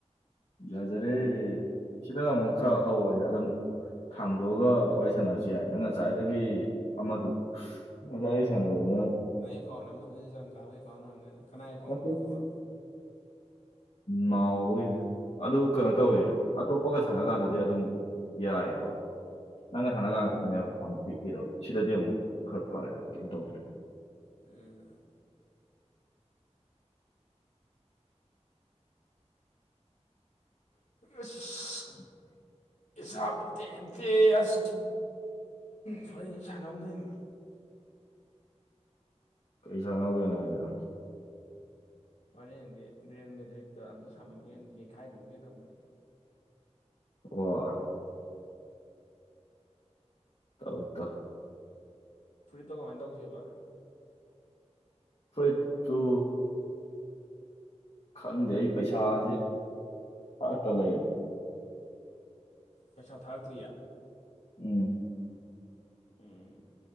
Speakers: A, on the left (about 65°); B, on the left (about 85°).
A: ꯌꯥꯖꯔꯦ ꯁꯤꯗ ꯑꯃꯨꯛ ꯈꯔ ꯍꯧꯋꯦ ꯑꯗꯨꯝ ꯊꯥꯡꯗꯣꯛꯑꯒ ꯋꯥꯔꯤ ꯁꯥꯟꯅꯔꯁꯨ ꯌꯥꯏꯗꯅ ꯉꯁꯥꯏꯗꯒꯤ ꯑꯃꯗꯨ ꯑ ꯌꯁꯅꯣꯅ
B: ꯅꯪ ꯑꯦꯀꯥꯎꯟ ꯑꯃꯗꯨꯅꯦ ꯖꯪ ꯀꯥꯕ ꯑꯦꯀꯥꯎꯟ ꯑꯣꯏꯔꯝꯒꯅꯤ ꯀꯅꯥꯏ ꯑꯦꯀꯥꯎꯟ
A: ꯅꯠꯇꯦ
B: ꯑꯃꯗꯨꯕꯣ
A: ꯅꯥꯎꯕꯒꯤꯅꯦ ꯑꯗꯨ ꯀꯩꯅꯣ ꯇꯧꯋꯦ ꯑꯇꯣꯞꯄꯒ ꯁꯥꯟꯅ ꯀꯥꯟꯗꯗꯤ ꯑꯗꯨꯝ ꯌꯥꯏꯑ ꯅꯪ ꯍꯅꯒꯥꯥꯡ ꯀꯛꯇꯅꯦꯕ ꯄꯤꯕꯤꯔꯣ ꯁꯤꯗꯗꯤ ꯑꯃꯨꯛ ꯈꯔ ꯐꯔꯦ ꯀꯩꯝ ꯇꯧꯗ꯭ꯔꯦ
B: ꯑꯦ <unintelligible>
A: <unintelligible>
B: ꯏꯁꯥ ꯄꯣꯛꯛꯇꯦ ꯏꯇꯦ ꯑꯁ ꯎ ꯁ ꯁꯥꯟꯅꯍꯧꯗꯣꯏꯅꯤ
A: ꯀꯩ ꯁ ꯉꯎꯗꯅ ꯍꯥꯏꯁꯤꯔ
B: ꯍꯣꯔꯦꯟꯗꯤ ꯒ꯭ꯔꯔꯤꯦꯟ ꯃꯦꯗ꯭ꯔꯤꯠꯀ ꯑꯝꯇ ꯁꯥꯟꯅꯧꯒꯦ ꯌꯩꯈꯥꯏꯅꯧꯒꯦ ꯇꯧꯅꯤ
A: ꯋꯥ ꯇꯧꯛꯇ
B: ꯐꯨꯔꯤꯠꯇꯣ ꯀꯃꯥꯏ ꯇꯧꯁꯦꯕ
A: ꯐ꯭ꯔꯤꯠꯇꯨ ꯈꯪꯗꯦ ꯑꯩ ꯄꯩꯁꯥꯁꯦ ꯐꯠꯇ ꯂꯩꯔꯦ
B: ꯄꯩꯁꯥ ꯊꯥꯔꯇ꯭ꯔꯤꯌꯥ
A: ꯎꯝ
B: ꯎꯝ